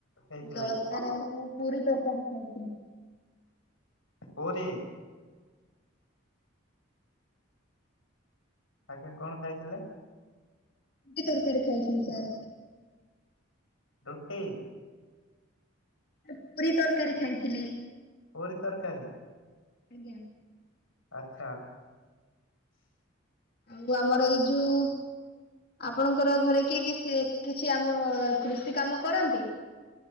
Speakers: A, on the left; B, on the left.
A: ହେଇଥିଲା?
B: ଜଳଖିଆ ରେ ମୁଁ ପୁରୀ ତରକାରୀ ଖାଇଥିଲି।
A: ପୁରୀ। ଆଗେ କଣ ଖାଇଥିଲେ?
B: କି ତରକାରୀ ଖାଇଥିଲୁ ସାର୍?
A: ରୁଟି।
B: ଏ ପୁରୀ ତରକାରୀ ଖାଇଥିଲି?
A: ପୁରୀ ତରକାରୀ।
B: ଆଜ୍ଞା।
A: ଆଚ୍ଛା।
B: ଆଉ ଆମର ଏଇ ଯୋଉ ଆପଣଙ୍କର ଘରେ କିଏ କିଏ ସିଏ କିଛି ଆମ କୃଷି କାମ କରନ୍ତି?